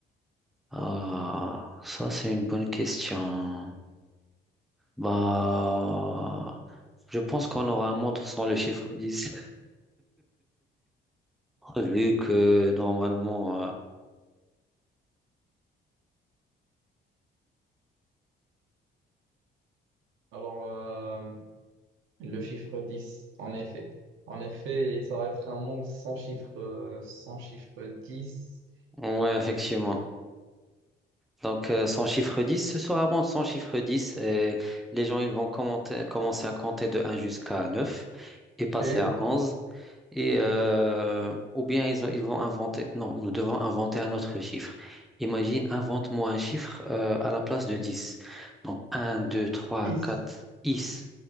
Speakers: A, in the centre; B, on the right (about 80°).
A: Ah, ça, c'est une bonne question. Bah, je pense qu'on aura un monde sans le chiffre 10 <laughs> vu que normalement, euh,
B: Alors euh, le chiffre 10 en effet. En effet, ça va être un monde sans chiffre euh, sans chiffre dix.
A: ouais, effectivement. Donc, euh, son chiffre 10, ce sera bon, son chiffre 10, et les gens ils vont commenter- commencer à compter de un jusqu'à 9 et passer
B: et
A: à onze Et, euh, ou bien ils, ont- ils vont inventer, non, nous devons inventer un autre chiffre. Imagine, invente-moi un chiffre euh, à la place de 10. Donc, un, 2, 3,
B: pis
A: 4,
B: pis
A: is,